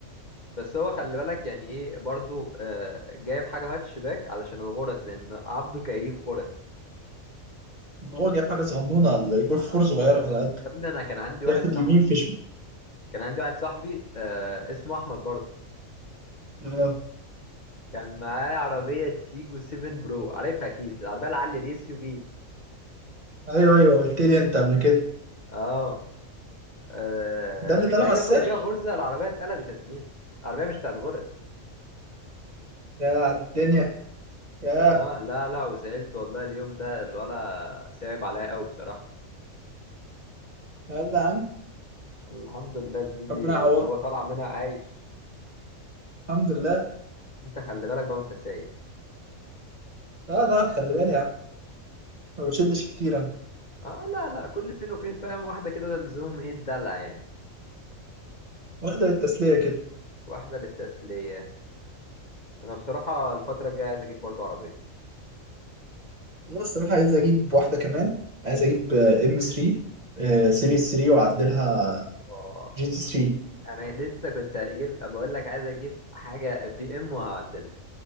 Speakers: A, on the left (about 35°); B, on the right (about 35°).
A: بس هو خلي بالك يعني ايه برضه آه جايب حاجة هاتشباك علشان الغرز لأن عبده كيف غرز
B: هو جايب حاجه صغنونه الجول
A: آه.
B: في فور صغيره على
A: يا ابني أنا كان عندي واحد
B: ياخد
A: صاحبي
B: يمين في شمال
A: كان عندي واحد صاحبي آه اسمه أحمد برضه
B: اه
A: كان معاه عربية تيجو 7 برو عارفها أكيد العربية العالية دي اس يو في
B: ايوه ايوه قلت لي انت قبل كده
A: اه آه،
B: ده اللي طلعوا
A: جاي
B: على
A: ياخد
B: الساحل
A: بيها غرزة العربية اتقلبت يا زميلي العربية مش بتاعت غرز
B: يا على الدنيا يا
A: اه لا لا وزعلت والله اليوم ده الولا صعب عليا قوي بصراحة
B: يلا يا عم
A: الحمد لله يا زميلي
B: ربنا يعوضك
A: ان هو طالع منها عايش
B: الحمد لله
A: انت خلي بالك بقى وانت سايق
B: لا لا خلي بالي يا عم ما بشدش كتير انا
A: اه لا لا كل فين وفين فاهم واحدة كده ده لزوم ايه الدلع يعني
B: واخده التسليه كده
A: واحدة للتسلية انا بصراحة الفترة الجاية عايز اجيب برضه عربية
B: انا الصراحه عايز اجيب واحده كمان عايز اجيب ام 3 سيريس 3 واعدلها
A: اوبا
B: جي تي 3
A: انا لسه كنت اجيب بقول لك عايز اجيب حاجة بي ام وهعدلها